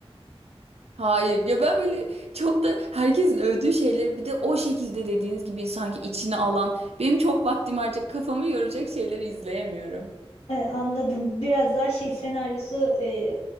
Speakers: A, on the right; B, on the left.
A: Hayır ya ben böyle çok da herkesin övdüğü şeyleri bir de o şekilde dediğiniz gibi sanki içine alan benim çok vaktimi harcayacak kafamı yoracak şeyleri izleyemiyorum.
B: E, anladım. Biraz daha şey senaryosu e,